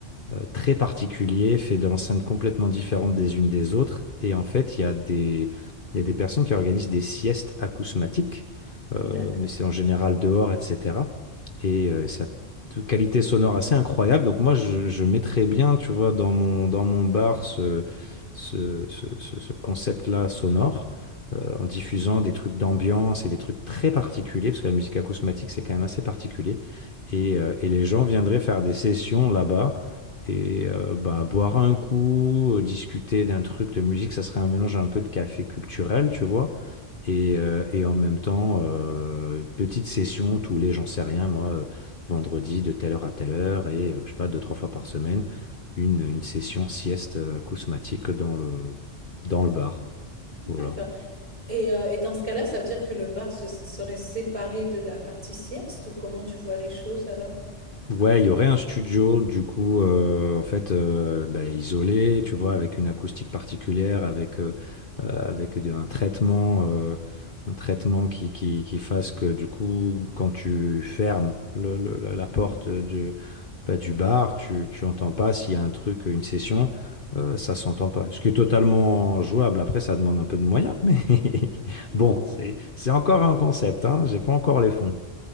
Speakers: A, on the left; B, on the right.
A: euh, très particulier, fait d'enceintes complètement différentes des unes des autres. Et en fait, il y a des, il y a des personnes qui organisent des siestes acousmatiques, euh,
B: d'accord,
A: mais c'est en général dehors, etc. Et euh, ça a une qualité sonore assez incroyable. Donc moi, je, je mettrais bien, tu vois, dans mon, dans mon bar ce, ce, ce, ce- ce concept-là sonore. euh, en diffusant des trucs d'ambiance et des trucs très particuliers, parce que la musique acousmatique, c'est quand même assez particulier. Et, euh, et les gens viendraient faire des sessions là-bas et euh, bah, boire un coup, euh, discuter d'un truc de musique, ça serait un mélange un peu de café culturel, tu vois. Et, euh, et en même temps, euh, petite session tous les, j'en sais rien, moi, euh, vendredi de telle heure à telle heure et, euh, je sais pas, deux, trois fois par semaine, une, une session sieste euh, acousmatique dans le, dans le bar. Voilà.
B: d'accord. Et, euh, et dans ce cas-là, ça veut dire que le bar se, se- serait séparé de la partie sieste ou comment tu vois les choses alors?
A: Ouais, il y aurait un studio, du coup, euh, en fait, euh, bah, isolé, tu vois, avec une acoustique particulière, avec, euh, euh, avec de- un traitement, euh, un traitement qui, qui, qui fasse que, du coup, quand tu fermes le- le- la la
B: Mhm.
A: porte du, bah, du bar, tu, tu entends pas s'il y a un truc, une session, euh, ça s'entend pas. Ce qui est totalement jouable. Après, ça demande un peu de moyens, mais <laughs>
B: Non.
A: bon, c'est, c'est encore un concept, hein, j'ai pas encore les fonds.